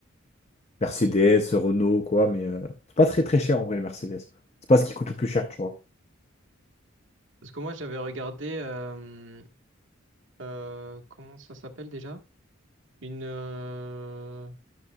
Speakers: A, on the left; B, on the right.
A: Mercedes, Renault, quoi, mais euh, c'est pas très très cher en vrai, le Mercedes. C'est pas ce qui coûte le plus cher, tu vois.
B: Parce que moi, j'avais regardé, euh, euh, comment ça s'appelle déjà? Une, euh,